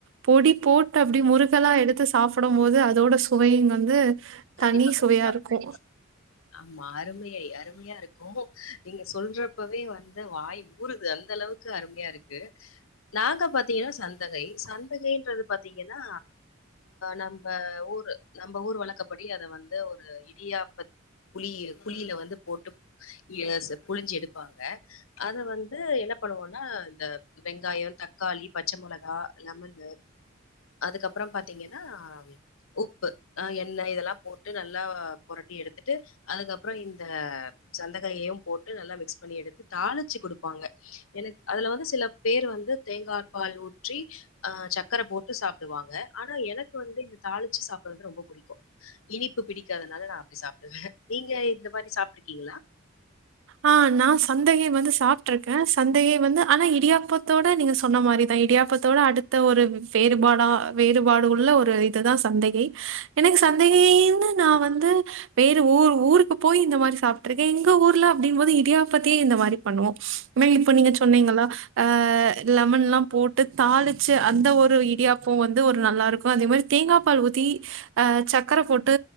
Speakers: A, on the right; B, on the left.
A: பொடி போட்டு அப்டி முருகெல்லா எடுத்து சாப்பிடும் போது அதோட சுவை வந்து
B: கண்டிப்பா
A: தனி
B: கண்டிப்பா
A: சுவையா இருக்கு
B: <inaudible> ஆமா அருமையை அருமையா இருக்கு நீங்க சொல்றப்பவே வந்து வாய் ஊருது அந்த அளவுக்கு க்கு அருமையா இருக்கு நாங்க பாத்தீங்கன்னா சந்தகை சந்தகைன்றது பாதீங்கன்னா நம்ப ஊர் நம்ப ஊர் வளக்க படி அத வந்து ஒரு இடியாப்ப குளியில வந்து போட்டு ய செ புழிஞ்சு எடுப்பாங்க அத வந்து என்ன பண்ணுவோன்னா இந்த வெங்காயோ தக்காளி பச்ச மொளகா லெமன் அதுக்கப்பறோ பாத்தீங்கன்னா உப்பு ஆ எண்ணெய் இதெல்லா போட்டு நல்லா பொரட்டி எடுத்துட்டு அதுக்கப்பறோ இந்த சந்தகையையும் போட்டு நல்லா மிக்ஸ் பண்ணி எடுத்து தாளு ச்சு குடுப்பாங்க எனக்கு அதுல வந்து சில பேர் வந்து தேங்காபால் ஊற்றி ஆ சக்கர போட்டு சாப்டுவாங்க ஆனா எனக்கு வந்து இந்த தாளிச்சி சாப்பிடுறது ரொம்ப புடிக்கும் இனிப்பு பிடிக்காதனால நா அப்டி சாப்டுவே நீங்க இந்த மாரி சாப்ட்ருக்கீங்களா
A: ஆ நா சந்தகை வந்து சாப்ட்டுருக்கே சந்தையை வந்து ஆனா இடியாப்பத்தோட நீங்க சொன்ன மாரி தா இடியாப்பத்தோட அடுத்த ஒரு வேறுபாடா வேறுபாடு உள்ள ஒரு இதுதா சந்தகை எனக்கு சந்தேகந்து நா வந்து வேற ஊர் ஊருக்கு போய் இந்த மாரி சாப்பிட்டு இருக்கே எங்க ஊர்ல அப்டின்னும்போது இடியாப்பத்தயே இந்த மாரி பண்ணுவோ மே இப்போ நீங்க சொன்னீங்களா ஆ லெமன் எல்லாம் போட்டு தாளிச்சு அந்த ஒரு இடியாப்ப ப்ப வந்து ஒரு நல்லா இருக்கும் அதே மாரி தேங்கா பால் ஊத்தி ஆ சக்கர போட்டு